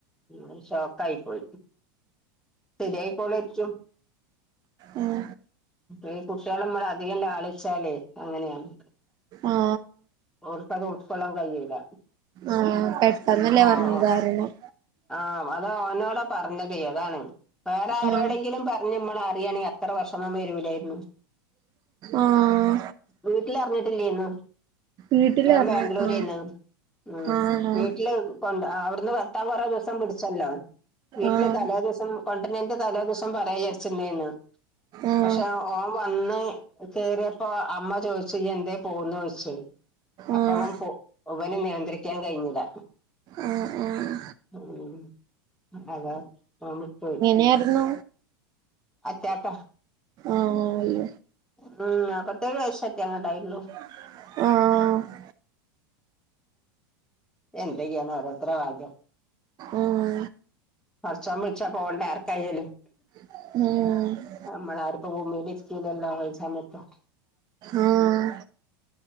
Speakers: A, in the centre; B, on the right (about 35°).
A: ഉം ഷോകായി പോയി ശരിയായിക്കോ ളെര്ക്യും
B: ഉം.
A: ഈ കുട്ട്യളമ്മള് അധികം ലാളിച്ച ലേ അങ്ങനെയാണ്.
B: ആഹ്.
A: ഓർക്കത് ഉൾക്കൊള്ളാ കഴിയുല്ല
B: ആഹ് പെട്ടെന്നല്ലേ
A: ആഹ്.
B: പറഞ്ഞു കാരണം
A: ആഹ അത് ഓനോടാ പർഞ്ഞതേ അതാണ് വേറാരോടെങ്കിലും
B: ആഹ്
A: പർഞ്ഞ ഞ്ഞ് മ്മള് അറിയാണെ അത്രവഷമം വരുലേ മ്
B: ആഹ്
A: വീട്ട്ലർഞ്ഞിട്ടില്ലേന്നു.
B: വീട്ടില്
A: ജോ
B: പറഞ്ഞു
A: ബാംഗ്ലൂരേന്ന്
B: ആഹ്
A: ഉം
B: ആണോ
A: വീട്ട്ല് ഒണ്ട് അ അവ്ടുന്ന് വെത്താ കൊറേ ദിവസം പിടിച്ചല്ലോ, വീട്ടില്
B: ആഹ്
A: തലേ ദിവസം. കൊണ്ടര്നേന്റ് തലേ ദൊവസം പറ്യാ ജാര്ച്ച്ന്നേന്നു.
B: ആഹ്
A: പക്ഷെ ഓൻ വന്ന് കേറ്യപ്പോ അമ്മ ചോയ്ച്ച് ച്ച് യെന്തേ പോന്നോയ്ച്. അപ്പവം
B: ആഹ്
A: പോ വന് നിയന്ത്രിക്കാൻ കഴിഞ്ലാ.
B: ആഹ് ആഹ്
A: ഉം അതാ <unintelligible> പോയ്.
B: ഞാരുന്നു.
A: അറ്റാക്കാ.
B: ആഹ.
A: ഉം ന്നാപ്പത്തെേഴ് വയശ്ശറ്റ ങ്ങാണ്ടായിള്ളൂ.
B: ആഹ്.
A: എന്തെയ്യാനാ ഒരോരുത്തര ഭാഗ്യം.
B: ഉം.
A: പട്ചോം ബുൾച്ചാ പോണ്ടേ ആർക്കായാലും.
B: ഉം.
A: അമ്മളാരുപ്പ ഭൂമീലിര്കൂലല്ലോ <unintelligible> സമയത്ത്.
B: ആഹ